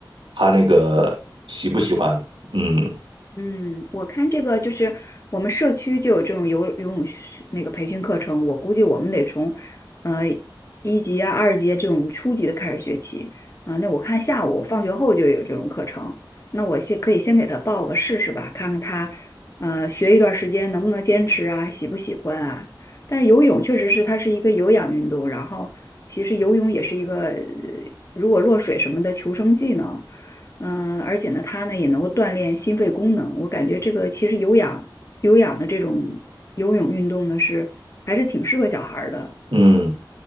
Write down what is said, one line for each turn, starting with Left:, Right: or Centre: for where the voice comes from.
Right: 他那个喜不喜欢，嗯
Left: 嗯，我看这个就是我们社区就有这种游游泳训那个培训课程，我估计我们得从呃一级啊、二级啊这种初级的开始学起。啊、那我看下午放学后就有这种课程，那我先可以先给他报个试试吧，看看他呃学一段时间能不能坚持啊，喜不喜欢啊。但是游泳确实是它是一个有氧运动，然后其实游泳也是一个呃如果落水什么的求生技能。嗯，而且呢，它呢也能够锻炼心肺功能。我感觉这个其实有氧有氧的这种游泳运动呢，是还是挺适合小孩儿的。
Right: 嗯。